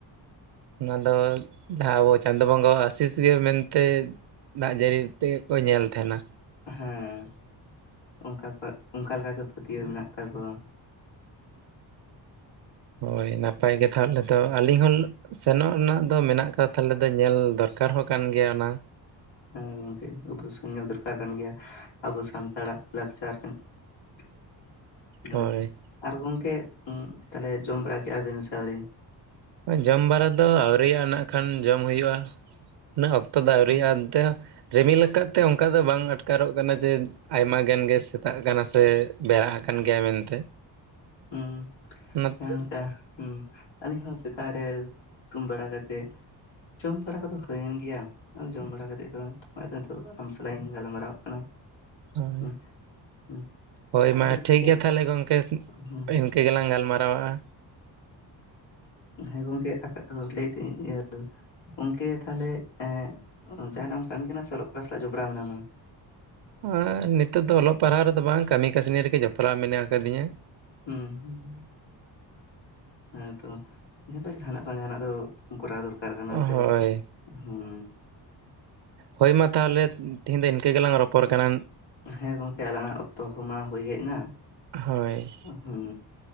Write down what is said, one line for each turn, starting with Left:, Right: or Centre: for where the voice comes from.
Right: ᱚᱱᱟ ᱫᱚ ᱡᱟᱦᱟᱸ ᱟᱵᱚ ᱪᱟᱸᱫᱚ ᱵᱚᱸᱜᱟᱣᱟᱜ ᱟᱥᱤᱥ ᱜᱮ ᱢᱮᱱᱛᱮ ᱫᱟᱜ ᱡᱟᱹᱲᱤ ᱛᱮᱹᱜᱮᱹᱠᱚ ᱧᱮᱞ ᱛᱟᱦᱮᱱᱟ᱾
Left: ᱮᱸᱦᱮᱸ, ᱚᱱᱠᱟ ᱠᱚᱣᱟᱜ ᱚᱱᱠᱟ ᱞᱮᱠᱟ ᱜᱮ ᱯᱟᱹᱛᱭᱟᱹᱣ ᱢᱮᱱᱟᱜ ᱛᱟᱠᱚᱣᱟ,
Right: ᱦᱳᱭ, ᱱᱟᱯᱟᱭ ᱜᱮ ᱛᱟᱦᱚᱞᱮ ᱛᱚ, ᱟᱹᱞᱤᱧ ᱦᱚᱸ ᱥᱮᱱᱚᱜ ᱨᱮᱱᱟᱜ ᱫᱚ ᱢᱮᱱᱟᱜ ᱟᱠᱟ ᱛᱟᱞᱮ ᱫᱟᱹ ᱧᱮᱞ ᱫᱚᱨᱠᱟᱨ ᱦᱚᱸ ᱠᱟᱱ ᱜᱮᱭᱟ ᱚᱱᱟ,
Left: ᱦᱮᱸ, ᱜᱚᱝᱠᱮ ᱳᱵᱳᱥᱥᱳ ᱧᱮᱞ ᱫᱚᱨᱠᱟᱨ ᱠᱟᱱ ᱜᱮᱭᱟ, ᱟᱵᱚ ᱥᱟᱱᱛᱟᱲᱟᱜ ᱞᱟᱠᱪᱟᱨ <inaudible> ᱧᱟᱫᱚ
Right: ᱦᱳᱭ
Left: ᱟᱨ ᱜᱚᱝᱠᱮ ᱩᱸ ᱛᱟᱞᱮ ᱡᱚᱢ ᱵᱟᱲᱟ ᱠᱮᱜᱼᱟ ᱵᱤᱱ ᱥᱮ ᱟᱹᱣᱨᱤ?
Right: ᱚᱸᱭ ᱡᱚᱢ ᱵᱟᱨᱟ ᱫᱚ ᱟᱹᱣᱨᱤᱭᱟ ᱱᱟᱜ ᱠᱷᱟᱱ ᱡᱚᱢ ᱦᱩᱭᱩᱜᱼᱟ᱾ ᱱᱟᱹᱜ ᱚᱠᱛᱚ ᱫᱚ ᱟᱣᱨᱤᱭᱟᱜᱼᱟ
Left: ᱦᱩᱸ
Right: ᱮᱱᱛᱮ ᱦᱚᱸ ᱨᱤᱢᱤ ᱞᱟᱠᱟᱫ ᱛᱮ ᱚᱱᱠᱟ ᱫᱚ ᱵᱟᱝ ᱟᱴᱠᱟᱨᱚᱜ ᱠᱟᱱᱟ, ᱡᱮ ᱟᱭᱢᱟ ᱜᱟᱱ ᱜᱮ ᱥᱮᱛᱟᱜ ᱟᱠᱟᱱᱟ ᱥᱮ- -ᱵᱮᱨᱟ ᱟᱠᱟᱱ ᱜᱮᱭᱟ ᱢᱮᱱᱛᱮ!
Left: ᱩᱸ
Right: ᱚᱱᱟᱛᱮ
Left: ᱮᱸ, ᱭᱟᱜ ᱦᱩᱸ, ᱟᱹᱞᱤᱧ ᱥᱮᱛᱟᱜ ᱨᱮ ᱛᱩᱢ ᱵᱟᱲᱟ ᱠᱟᱛᱮᱜ ᱡᱚᱢ ᱵᱟᱲᱟ ᱠᱚᱫᱚ ᱦᱩᱭᱮᱱ ᱜᱮᱭᱟ, ᱩᱸ, ᱡᱚᱢ ᱵᱟᱲᱟ ᱠᱟᱛᱮᱫ ᱜᱳᱸ <unintelligible> ᱱᱤᱛᱚᱜ ᱟᱢ ᱥᱟᱞᱟᱜ ᱤᱧ ᱜᱟᱞᱢᱟᱨᱟᱣ ᱠᱟᱱᱟ <unintelligible>
Right: ᱦᱳᱭ,
Left: ᱦᱩᱸ ᱦᱩᱸ
Right: ᱦᱳᱭ
Left: ᱛᱟᱦᱞᱮ
Right: ᱢᱟ
Left: ᱜᱚᱝᱠᱮ
Right: ᱴᱷᱤᱠ ᱜᱮᱭᱟ ᱛᱷᱟᱞᱮ ᱜᱚᱝᱠᱮ-
Left: ᱦᱩᱸ
Right: -ᱤᱱᱠᱟᱹ ᱜᱮᱞᱟᱝ ᱜᱟᱞᱢᱟᱨᱟᱣᱟᱜᱼᱟ᱾
Left: ᱦᱮᱸ, ᱜᱚᱝᱠᱮ <unintelligible> ᱞᱟᱹᱭ ᱛᱤᱧ <unintelligible> ᱤᱭᱟᱹ ᱜᱚᱝᱠᱮ ᱛᱟᱦᱞᱮ ᱮᱸᱜ ᱩᱸ ᱡᱟᱦᱱᱟᱜ ᱮᱢ ᱠᱟᱹᱢᱤ ᱠᱟᱱᱟ ᱥᱮ <unintelligible> ᱚᱞᱚᱜ ᱯᱟᱲᱦᱟᱜ <unintelligible> ᱥᱟᱞᱟᱜ ᱡᱚᱯᱲᱟᱣ ᱢᱮᱱᱟᱢᱟ?
Right: ᱦᱚᱸ ᱱᱤᱛᱳᱜ ᱫᱚ ᱚᱞᱚᱜ ᱯᱟᱨᱦᱟᱣ ᱨᱮᱫᱚ ᱵᱟᱝ, ᱠᱟᱹᱢᱤ ᱠᱟᱹᱥᱱᱤ ᱨᱮᱜᱮ ᱡᱚᱯᱨᱟᱣ ᱢᱮᱱᱟᱜ ᱟᱠᱟᱫᱤᱧᱟᱹ᱾
Left: ᱩᱸ, ᱦᱮᱸ ᱛᱚ <unintelligible> ᱡᱟᱦᱟᱱᱟᱜ ᱵᱟᱝ ᱡᱟᱦᱟᱱᱟᱜ ᱫᱚ ᱠᱚᱨᱟᱣ ᱫᱚᱨᱠᱟᱨ ᱠᱟᱱᱟ ᱥᱮ,
Right: ᱦᱳᱭ
Left: ᱦᱩᱸ,
Right: ᱦᱳᱭ ᱢᱟ ᱛᱟᱦᱞᱮ ᱩᱸ ᱛᱤᱦᱤᱧ ᱫᱚ ᱤᱱᱠᱟᱹ ᱜᱮᱞᱟᱝ ᱨᱚᱯᱚᱨ ᱠᱟᱱᱟ,
Left: ᱦᱮᱸ, ᱜᱚᱝᱠᱮ ᱟᱞᱟᱝᱟᱜ ᱚᱠᱛᱚ ᱦᱚᱸ ᱢᱟ ᱦᱩᱭ ᱦᱮᱡ ᱮᱱᱟ,
Right: ᱦᱳᱭ,
Left: ᱦᱩᱸ